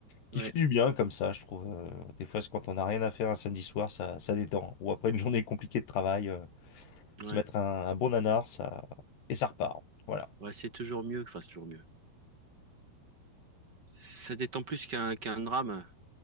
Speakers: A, on the left; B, on the right.
A: qui
B: ouais,
A: fait du bien comme ça, je trouve. Euh, des fois, c'est quand on n'a rien à faire un samedi soir, ça, ça détend. Ou après une journée compliquée de travail, euh,
B: ouais.
A: se mettre un, un bon nanar, ça et ça repart. Voilà.
B: Ouais, c'est toujours mieux, enfin, c'est toujours mieux. Ça détend plus qu'un qu'un drame